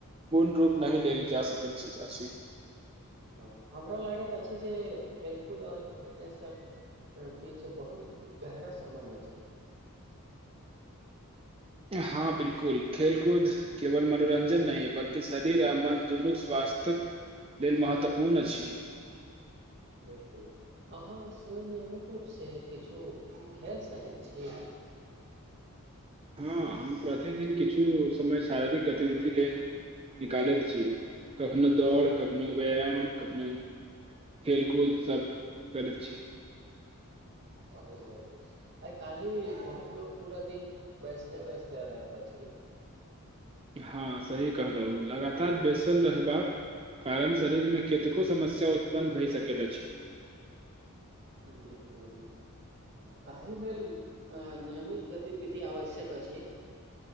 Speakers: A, on the right; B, on the right.
A: पूर्ण रूप नहि लेल जा सकैत अछि
B: अ, हमरा लागेत अछि जें खेल खुद आऔर फिटनस कें बीच गहरा संबंध अछि
A: हँ बिलकुल खेलकूद केवल मनोरंजन नहि बल्कि शरीर आ मन दुनू स्वास्थक लेल महत्वपूर्ण अछि
B: बिलकुल अहाँ स्वयनियमित रूप से किछो खेल सकैत छी
A: हँ हम प्रतिदिन किछु समय शारीरिक गतिविधि लेल निकालैत छी कखनो दौड़ कखनो व्यायाम कखनो खेलकूद सभ करैत छी
B: बहुत बढ़िया आ काली बहुत लो पूरा दिन बैसले बैसले रहेत अछि
A: हँ सही कहलहुँ लगातार बेसल रहबाक कारण शरीरमे केतको समस्या उत्पन्न भए सकैत अछि
B: बिल्कुल ताहि लेल अ नियमित गतिविधि आवश्यक अछि